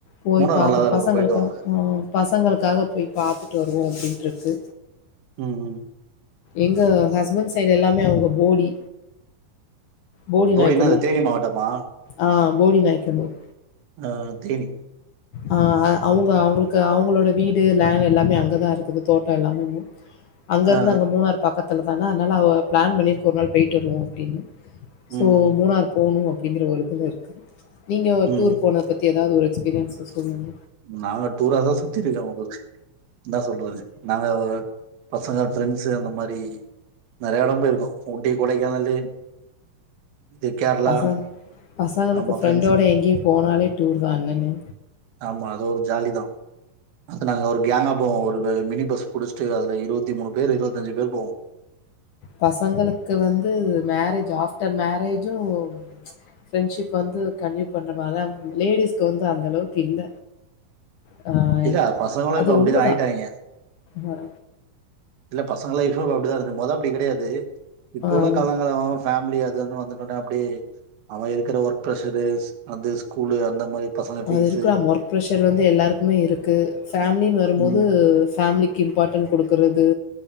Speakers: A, on the left; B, on the right.
A: போய்
B: மூணார்
A: பாத்துட்டு
B: நல்லாதா இருக்கும்
A: பசங்களுக்கா
B: போயிட்டு வாங்க
A: ஆ பசங்களுக்காக போய் பாத்துட்டு வருவோம் அப்படின்ருக்கு
B: ம் ம்
A: எங்க ஹஸ்பண்ட் சைடு எல்லாமே அவங்க போடி போடி
B: போடினா
A: நாய்க்கனூர்
B: அது தேனி மாவட்டமா
A: ஆ போடிநயக்கணூர்
B: ஆ தேனி
A: ஆ அவங்க அவங்களுக்கு அவங்களோட வீடு லேன்ட் எல்லாமே அங்கதா இருக்குது தோட்டம் எல்லாமேமு அங்க
B: ஆ
A: இருந்து அங்க மூணார் பக்கந் த்துல தானா அதனால அவ பிளான் பண்ணியிருக்கோ ஒரு நாள் போயிட்டு வருவோ அப்டின்னு சோ
B: ம்
A: மூணார் போணு அப்டிங்கிற ஒரு இதுல இருக்கு நீங்க
B: ம்
A: டூர் போன பத்தி எத் எதாவது ஒரு எக்ஸ்பீரியன்ஸ் சொல்லுங்
B: நாங்க டூரா தா சுத்தி இருக்கோ உங்களுக் என்ன சொல்றது நாங்க பசங்க ஃபிரென்ஸு அந்த மாரி நெறையா எடம் போயிருக்கோ ஊட்டி கொடைக்கானலு இது கேரளா
A: பசங் பசங்களுக்கு
B: ஆமா
A: ஃப்ரெண்டோட
B: ஃப்ரெண்ட்ஸுங்க
A: எங்கேயு போனாலே டூர் தா இல்லண்ணே
B: ஆமா அது ஒரு ஜாலி தா அது நாங்க ஒரு ஃகேங்கா போவோம் ஒரு மினி பஸ் புடிச்சுட்டு அதுல இருபத்தி மூணு பேர் இருபத்தி அஞ்சு பேர் போவோம்
A: பசங்களுக்கு வந்து மேரேஜ் ஆஃப்டர் மேரேஜும் ஃரெண்ட்ஷிப் வந்து கண்டினியூ பண்ற மாரிதா லேடிஸ்க்கு வந்து அந்த அளவுக்கு இல்ல ஆ
B: இல்ல பசங்களு
A: அது
B: இப்ப அப்டிதா
A: உண்மதா
B: ஆயிட்டாங்க
A: ஆ
B: இல்ல பசங்கள லைஃப்பு இப்ப அப்டிதா இருக்கு மொத அப்டி கிடையாது இப்போ உள்ள
A: ஆம்
B: காலங்களா ஃபேமிலி அது வ வந்துட்டோனே அப்டியே அவ இருக்கிற ஒர்க் ப்ஷரு அ ஸ்கூலு அந்த மாரி பசங்க ஃபீஸு
A: அது இருக்கலா ஒர்க் ப்ரஷர் வந்து எல்லாருக்குமே இருக்கு ஃபேமிலின்னு வரும்போது
B: ம்
A: ஃபேமிலிக் இம்பார்ட்டன் குடுக்குறது